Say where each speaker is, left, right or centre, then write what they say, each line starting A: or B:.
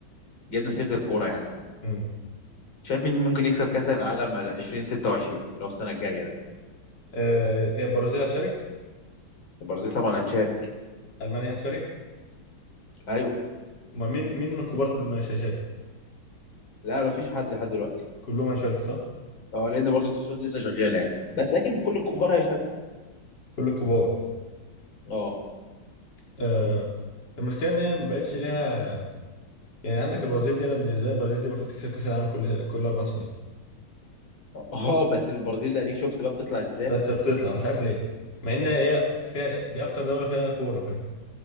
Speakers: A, on the left; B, on the left.
A: جبنا سيره الكوره يعني
B: امم
A: شايف مين ممكن يكسب كاس العالم 2026 اللي هو السنه الجايه ده
B: آه هي البرازيل هتشارك
A: البرازيل طبعا هتشارك
B: المانيا هتشارك
A: ايوه
B: ما مين مين من الكبار اللي مش هيشارك
A: لا مفيش حد لحد دلوقتي
B: كلهم هيشارك صح
A: اه لان برضه التصفيات لسه شغاله يعني بس اكيد كل الكبار هيشاركوا
B: كل الكبار
A: اه
B: آه المشكله ان هي ما بقتش ليها يعني عندك البرازيل دي انا بالنسبه لي البرازيل دي المفروض تكسب كاس العالم كل كل اربع سنين
A: اه بس البرازيل اديك شفت بقى بتطلع ازاي
B: بس بتطلع مش عارف ليه مع ان هي فيها دي اكتر دولة فيها كورة فاهم